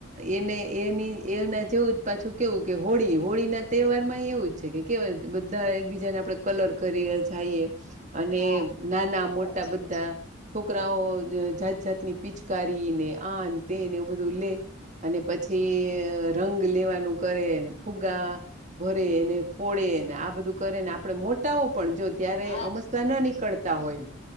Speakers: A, on the right; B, on the left.
A: એને એની એના જેવું જ પાછું કેવું કે હોળી હોળીના તહેવારમાં એવું જ છે કેય બધા એકબીજાને આપણે કલર કરી જઈએ અને
B: હા
A: નાના મોટા
B: સાચી
A: બધા
B: વાત
A: છોકરાઓ જાત જાતની પીચ કરીીને આનતેને બધુલે અને પછી રંગ લેવાનું કરેને ફુગા ભરે એને ફોડે ને આ બધું કરે ને આપડે મોટાઓ પણ જો ત્યારે
B: હા
A: અમસ્તા ન નીકળતા હોઈ.